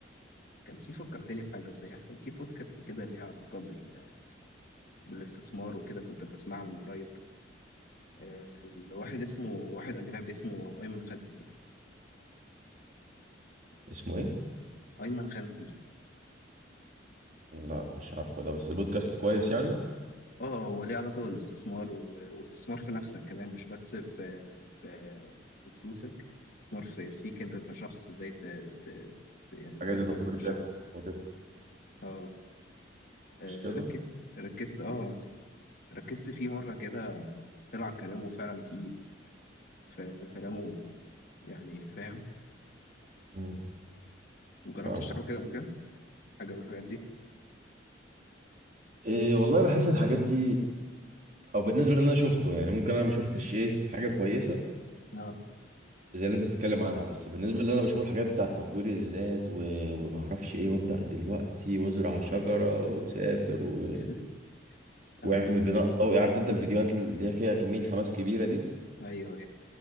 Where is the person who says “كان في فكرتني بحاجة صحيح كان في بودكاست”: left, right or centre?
Left